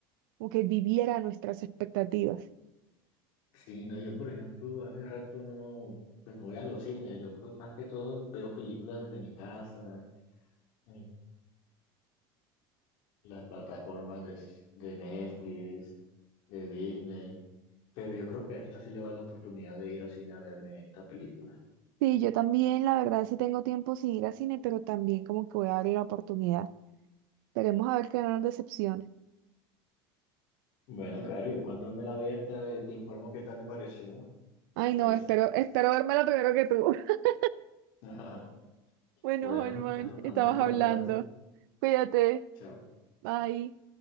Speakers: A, on the right (about 70°); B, on the left (about 50°).
A: como que viviera nuestras expectativas.
B: Sí, no, yo por ejemplo hace rato no, pues no voy a los cines, yo creo que más que todo veo películas desde mi casa, en las plataformas de, de Netflix, de Disney, pero yo creo que a esta sí le va la oportunidad de ir al cine a verme esta película.
A: Sí, yo también, la verdad, sí tengo tiempo sin ir al cine, pero también como que voy a darle la oportunidad. Esperemos a ver que no nos decepcione.
B: Bueno, claro, yo cuando me la vea te, te informo qué tal me pareció,
A: Ay,
B: qué parece.
A: no, espero, espero la primero que tú. <laughs>
B: <laughs>
A: Bueno,
B: Bueno,
A: Holman,
B: claro, estamos
A: estabas
B: en contacto.
A: hablando. Cuídate.
B: Chao.
A: Bye.